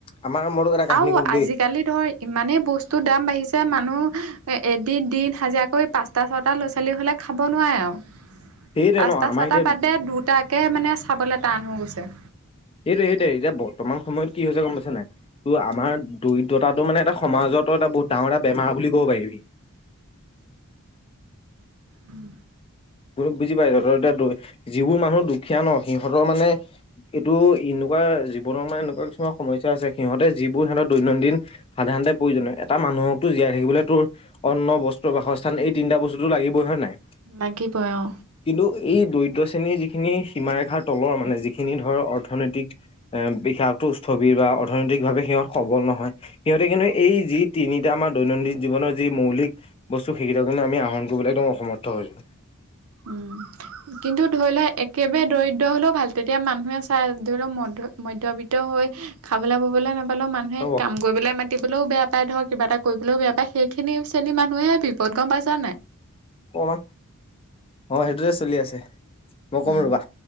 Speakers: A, on the left (about 25°); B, on the right (about 70°).
A: আমাৰ মই তোক এটা কাহিনী
B: আৰু
A: ক'ম
B: আজিকালি
A: দেই
B: ধৰ ইমানেই বস্তুৰ দাম বাঢ়িছে মান মানুহ এদিন দিন হাজিৰা কৰি পাঁচটা ছটা ল'ৰা ছোৱালী হ'লে খাব নোৱাৰে আৰু।
A: সেইটোৱে
B: পাঁচটা
A: ন আমাৰ
B: ছয়টা
A: এতিয়া
B: বাদে, দুটাকে মানে চাবলৈ টান হৈ গৈছে।
A: সেইটো সেইটোৱেই এতিয়া বৰ্তমান সময়ত কি হৈছে গম পাইছ নাই তোৰ আমাৰ দৰিদ্ৰতাটো মানে এটা সমাজৰ এটা বহুত ডাঙৰ এটা বেমাৰ বুলি ক'ব পাৰিবি।
B: উম।
A: বুজি পাইছ? ত‌ই এতিয়া ত‌ই যিবোৰ মানুহ দুখীয়া ন সিহঁতৰ মানে এইটো এনেকুৱা জীৱনৰ মানে এনেকুৱা কিছুমান সমস্যা আছে সিহঁতে যিবোৰ হেনো দৈনন্দিন সাধাৰণতে প্ৰয়োজনীয় এটা মানুহ <unintelligible> জীয়াই থাকিবলৈ তোৰ অন্ন, বস্ত্ৰ, বাসস্থান এই তিনটা বস্তু লাগিব হয় নে নাই?
B: লাগিবই অ
A: কিন্তু এই দৰিদ্ৰ শ্ৰেণীৰ যিখিনি সীমাৰেখাৰ তলৰ মানে যিখিনি ধৰ অৰ্থনৈতিক এ <unintelligible> স্থবিৰ বা অৰ্থনৈতিক ভাৱে সিহঁত সবল নহয়। সিহঁতে কিন্তু
B: অ
A: এই যিত তিনিটা আমাৰ দৈনন্দিন জীৱনৰ যি মৌলিক বস্তু সেইকেইটা কিন্তু আমি আহৰণ কৰিবলৈ একদম অসমৰ্থ <unintelligible>
B: উম, কিন্তু ধৰি লোৱা একেবাৰে দৰিদ্ৰ হলেও ভাল তেতিয়া মানুহে চাই ধৰি লোৱা মন মধ্যবৃত্ত হৈ খাবলৈ ববলৈ নাপালেও মানুহে
A: ৰ'ব
B: কাম কৰিবলৈ ম <unintelligible> বেয়া পায় ধৰক কিবা এটা কৰিবলৈও বেয়া পায় সেইখিনি শ্ৰেণী মানুহেই বিপদ গম পাইছা নাই?
A: অ', সেইটোৱেই চলি আছে মই কম
B: উম
A: ৰবা।